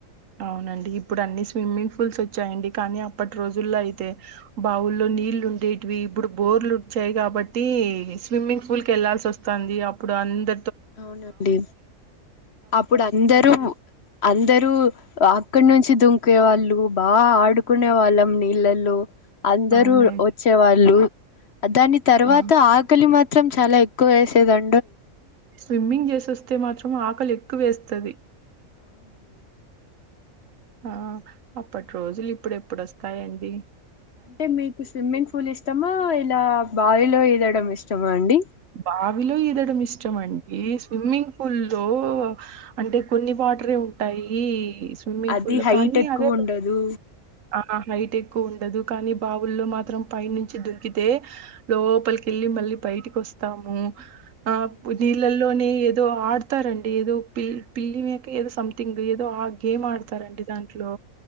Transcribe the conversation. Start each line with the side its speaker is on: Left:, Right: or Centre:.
Right: అవునండి ఇప్పుడు అన్ని స్విమ్మింగ్ పూల్స్ వచ్చాయండి కానీ అప్పటి రోజుల్లో అయితే బావుల్లో నీళ్లు ఉండేవి ఇప్పుడు బోర్లు వచ్చాయి కాబట్టి స్విమ్మింగ్ పూల్ కి వెళ్లాాల్సి వస్తంది అప్పుడు వంద
Left: అవునండి అప్పుడు అందరూ అందరూ అక్కడ నుంచి దుంకే వాళ్ళు బాగా ఆడుకునే వాళ్ళం నీళ్ళల్లో అందరూ
Right: అవునండి
Left: వచ్చే వాళ్ళు దాని తర్వాత
Right: ఆ
Left: ఆకలి మాత్రం చాలా ఎక్కువేసేదం
Right: స్విమ్మింగ్ చేసి వస్తే మాత్రం ఆకలి ఎక్కువేస్తది
Left: అవునండి
Right: ఆ అప్పటి రోజులు ఇప్పుడు ఎప్పుడోస్తాయండి
Left: అంటే మీకు స్విమ్మింగ్ పూల్ ఇష్టమా ఇలా బాయిలో ఇదడం ఇస్తమాండి
Right: బావిలో ఈదడం ఇష్టం అండి స్విమ్మింగ్ ఫూల్లో అంటే కొన్ని వాటరే ఉంటాయి ఈ స్విమంగ్
Left: అది
Right: ఫూల్లో
Left: హైట్
Right: కానీ
Left: ఎక్కువ
Right: అదే
Left: ఉండదు
Right: ఆ హైట్ ఎక్కువ ఉండదు కానీ బావుల్లో మాత్రం పై నుంచి దుంకితే లోపలికెళ్ళి మళ్లీ బయటికోస్తాము ఆ
Left: అవునండి
Right: నీళ్లలోనే ఏదో ఆడతారండి ఏదో పి పిల్లి మెకో ఏదో సంథింగ్ ఏదో ఆ గేమ్ ఆడుతారండి దాంట్లో